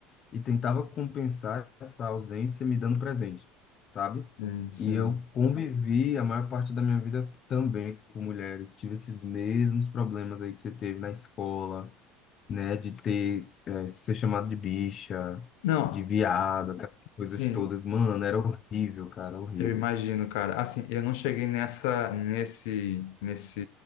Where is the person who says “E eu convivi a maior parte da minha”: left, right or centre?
Left